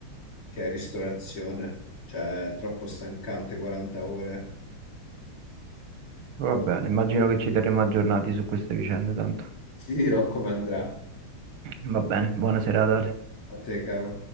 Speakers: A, on the left (about 85°); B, on the right (about 80°).
A: che è ristorazione. Cioè, è troppo stancante, 40 ore.
B: Va bene, immagino che ci terremo aggiornati su queste vicende, tanto.
A: Ti dirò come andrà.
B: Va bene, buona serata. Ale.
A: A te, caro.